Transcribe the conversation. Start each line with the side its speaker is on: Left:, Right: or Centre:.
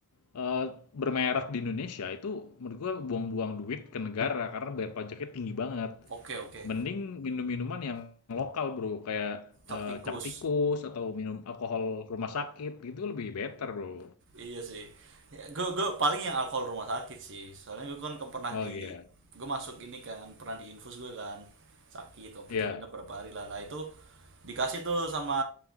Left: eh, bermerek di Indonesia itu menurut gua buang-buang duit ke negara karena bayar pajaknya tinggi banget
Right: Oke, oke.
Left: mending minum minuman yang lokal bro kayak
Right: Cap
Left: eh,
Right: tikus.
Left: cap tikus atau minum alkohol rumah sakit gitu lebih better bro
Right: Iya sih. Ya, gue gue paling yang alkohol rumah sakit sih. Soalnya gue kan ke- pernah
Left: oh
Right: di
Left: iya
Right: gue masuk ini kan pernah di infus gue kan sakit waktu
Left: iya
Right: itu nginep berapa hari lah. Lah itu dikasih tuh sama